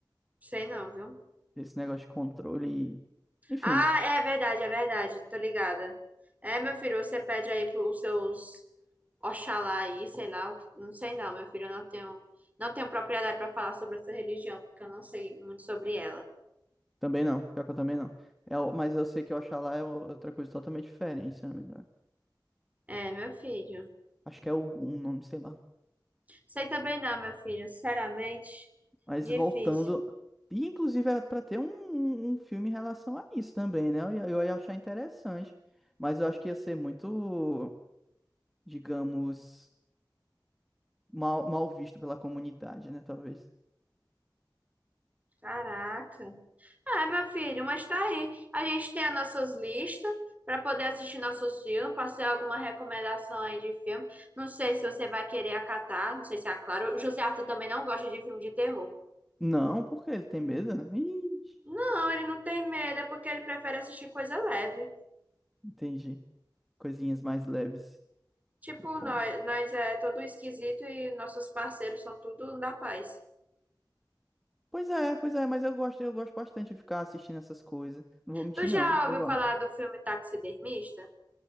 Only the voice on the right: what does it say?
Sei não, viu?
Ah, é verdade, é verdade. Tô ligada. É, meu filho, você pede aí pros seus Oxalá aí, sei lá. Não sei não, meu filho. Eu não tenho, não tenho propriedade para falar sobre essa religião, porque eu não sei muito sobre ela.
É, meu filho.
Sei também não, meu filho. Sinceramente,
difícil.
Caraca. Ah, meu filho, mas tá aí. A gente tem as nossas listas para poder assistir nossos filmes, passei alguma recomendação aí de filme. Não sei se você vai querer acatar, não sei se é claro. O José Arthur também não gosta de filme de terror.
Não, ele não tem medo, é porque ele prefere assistir coisa leve.
Tipo,
nós, nós é todo esquisito e nossos parceiros são tudo da paz.
Tu já
ouviu
falar do filme Taxidermista?